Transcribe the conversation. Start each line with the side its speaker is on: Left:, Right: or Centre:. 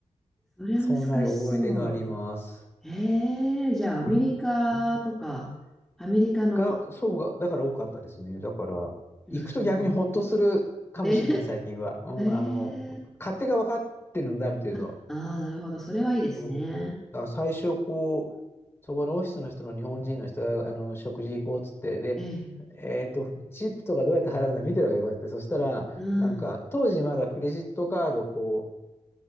Centre: それは難しそう。
Left: そんな思い出があります。
Centre: ええじゃあアメリカとか、アメリカの、
Left: が、そうが、だから多かったですね。だから、
Centre: なるほど。
Left: 行くと逆にほっとするかもしれない、
Centre: え、
Left: 最近は。
Centre: <laughs>
Left: うん、
Centre: ええ
Left: あの、勝手が分かってるので、ある程度。
Centre: あ、あー、なるほど。それはいいですね。
Left: うん。だから最初、こう、そこのオフィスの人の日本人の人が、あの、食事行こうっつって、で、
Centre: ええ
Left: えっと、チップとかどうやって払うの見てるわけよ、こうやって。そしたら、
Centre: うん。
Left: なんか、当時まだクレジットカード、こう、